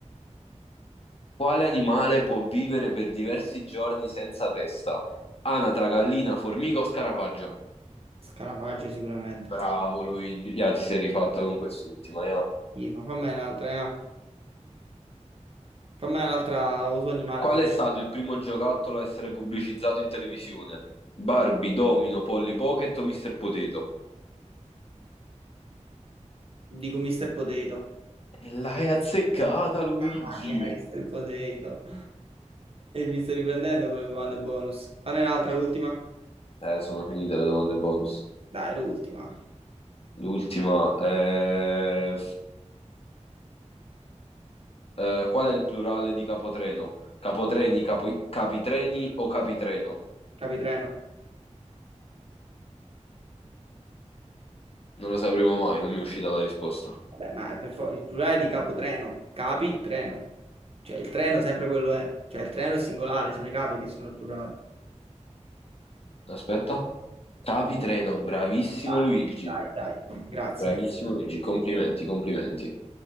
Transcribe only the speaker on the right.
Scarafaggio sicuramente.
Schifo. Fammene un'altra, eh. Fammene un'altra uso animale.
Dico Mr. Potato.
Dai, Mr. Potato. E mi sto riprendendo con le domande bonus. Fane un'altra, l'ultima?
Dai, l'ultima.
Capitreno.
Vabbè, ma è per forza il plurale di capotreno. Capitreno. Cioè, il treno sempre quello è. Cioè, il treno è singolare, sono i capi che sono il plurale.
Dai,
dai, dai. Grazie.